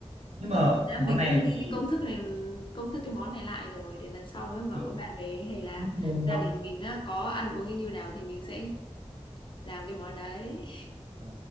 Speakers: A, on the right; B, on the left.
A: nhưng mà
B: Thế mình đã
A: món
B: mình
A: này
B: cũng ghi
A: thì
B: cái công thức này công thức cái món này lại rồi để lần sau nếu mà
A: ờ,
B: có bạn về hay là
A: món
B: gia đình mình á, có ăn uống như nào thì mình sẽ làm cái món đấy
A: ờ,